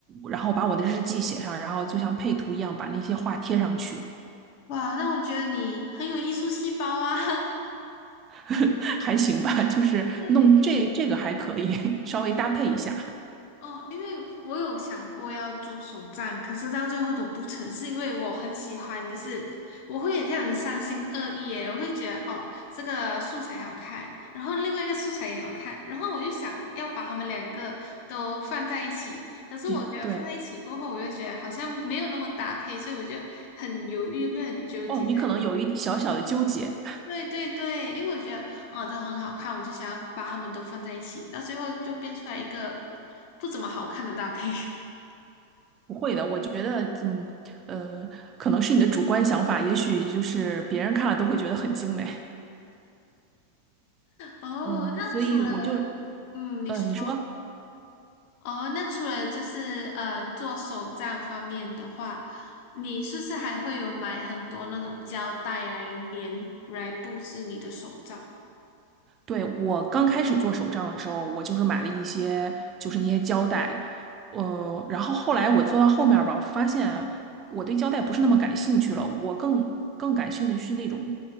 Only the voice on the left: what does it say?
哇，那我觉得你很有艺术细胞啊。
<laughs> 对。
哦，因为我有想过要做手账，可是到最后都不成，是因为我很喜欢，就是我会很像很三心二意耶，我会觉得哦，这个素材好看，然后另外一个素材也好看，然后我就想要把它们两个都放在一起，可是我觉得放在一起过后，
我就觉得好像没有那么搭配，所以我就很犹豫，会很纠结在这里。
对对对，因为我觉得哦，这很好看，我就想要把它们都放在一起，到最后就变出来一个不怎么好看的搭配。<laughs>
哦，
那除了
嗯，你说
哦，那除了就是呃做手账方面的话，你是不是还会有买很多那种胶带来粘来布置你的手账？